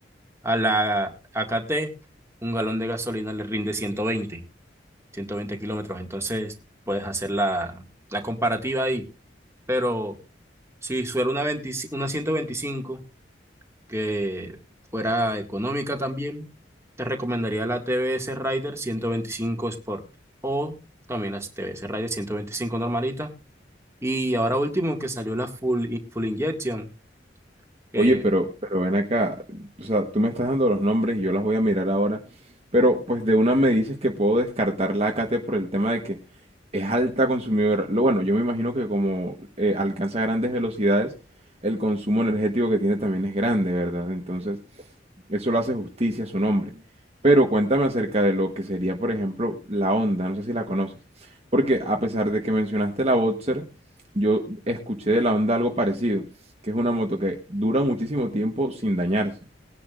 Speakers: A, on the right (about 15°); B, on the right (about 35°).
A: A la A K t un galón de gasolina le rinde 120, 120 kilómetros, entonces puedes hacer la, la comparativa ahí, pero si suena una, 20 una 125 que fuera económica también, te recomendaría la TBS Rider 125 Sport o también las TBS Rider 125 normalita. Y ahora último que salió la Full, i- full Injection, que
B: Oye, pero, pero ven acá. O sea, tú me estás dando los nombres y yo las voy a mirar ahora. Pero pues de una me dices que puedo descartar lácate por el tema de que es alta consumidora. Lo bueno, yo me imagino que como eh, alcanza grandes velocidades, el consumo energético que tiene también es grande, ¿verdad? Entonces, Eso le hace justicia a su nombre. Pero cuéntame acerca de lo que sería, por ejemplo, la Honda. No sé si la conoces. Porque a pesar de que mencionaste la Boxer, yo escuché de la Honda algo parecido, que es una moto que dura muchísimo tiempo sin dañarse.